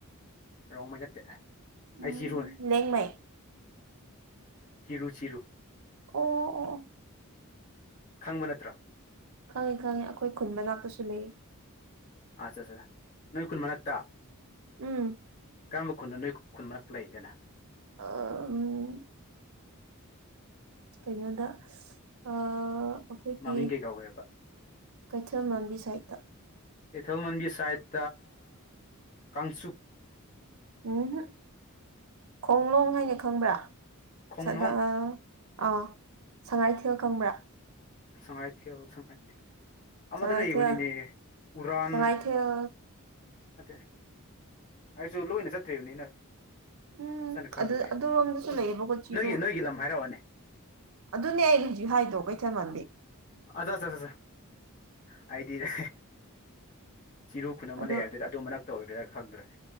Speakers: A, on the left; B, on the right.
A: ꯔꯣꯡꯕꯩ ꯅꯠꯇꯦ
B: ꯎꯝ
A: ꯑꯩ ꯆꯤꯔꯨꯅꯦ
B: ꯂꯦꯡꯃꯩ
A: ꯆꯤꯔꯨ ꯆꯤꯔꯨ
B: ꯑꯣ ꯑꯣ
A: ꯈꯪꯕ ꯅꯠꯇ꯭ꯔꯥ
B: ꯈꯪꯉꯦ ꯈꯪꯉꯦ ꯑꯩꯈꯣꯏ ꯈꯨꯟꯕ ꯂꯥꯛꯇꯁꯨ ꯂꯩꯌꯦ
A: ꯑꯠ ꯑ ꯅꯣꯏ ꯀꯨꯟ ꯃꯔꯛꯇ
B: ꯎꯝ
A: ꯀꯔꯝꯕ ꯈꯨꯟꯅꯣ ꯅꯣꯏ ꯈꯨꯟ ꯃꯔꯛ ꯂꯩꯗꯦꯅ
B: ꯑ ꯎ ꯀꯩꯅꯣꯗ ꯑꯩꯈꯣꯏꯒꯤ
A: ꯃꯃꯤꯡ ꯀꯩ ꯀꯧꯒꯦꯕ
B: ꯀꯩꯊꯦꯜ ꯂꯝꯕꯤ ꯁꯥꯏꯠꯇ
A: ꯀꯩꯊꯧꯜ ꯃꯟꯕꯤ ꯁꯥꯏꯠ ꯀꯥꯡꯪꯆꯨꯞ
B: ꯎꯝ ꯈꯣꯡꯂꯣꯡ ꯍꯥꯏꯅ ꯈꯪꯕ꯭ꯔꯥ
A: ꯈꯣꯡꯅꯨꯡ
B: ꯁꯗ ꯑꯥ ꯁꯉꯥꯏꯊꯦꯜ ꯈꯪꯕ꯭ꯔꯥ
A: ꯁꯪꯉꯥꯏ ꯊꯣ ꯁꯪꯉꯥꯏꯣ ꯑꯃꯗ
B: ꯁꯉꯥꯏꯊꯦꯜ
A: ꯂꯩꯕꯅꯤꯅꯦ ꯎꯔꯥꯟ
B: ꯁꯉꯥꯏꯊꯦꯜ
A: ꯅꯠꯇꯦ ꯑꯩꯁꯨ ꯂꯣꯏꯅ ꯆꯠꯇ꯭ꯔꯤꯕꯅꯤꯅ
B: ꯎꯝ
A: ꯐꯖꯅ ꯈꯪꯗ꯭ꯔꯦꯅꯦ
B: ꯑꯗꯨ ꯑꯗꯨꯔꯣꯝꯗꯁꯨ ꯂꯩꯌꯦꯕꯀꯣ ꯆꯤꯔꯨ
A: ꯅꯣꯏꯒꯤ ꯅꯣꯏꯒꯤ ꯂꯝ ꯍꯥꯏꯔꯛꯑꯣꯅꯦ
B: ꯑꯗꯨꯅꯦ ꯑꯩ ꯍꯧꯖꯤꯛ ꯍꯥꯏꯗꯣ ꯀꯩꯊꯃꯥꯟꯕꯤ
A: ꯑꯆꯥ ꯍꯥꯏꯗꯤꯗ ꯆꯤꯔꯨ ꯈꯨꯟꯅ ꯑꯃ
B: ꯑꯗꯣ
A: ꯂꯩ ꯍꯥꯏꯕꯗꯨꯗ ꯑ ꯑꯗꯨꯝꯕ ꯃꯔ ꯅꯛꯇ ꯑꯣꯏꯕ꯭ꯔꯥ ꯈꯪꯗ꯭ꯔꯦ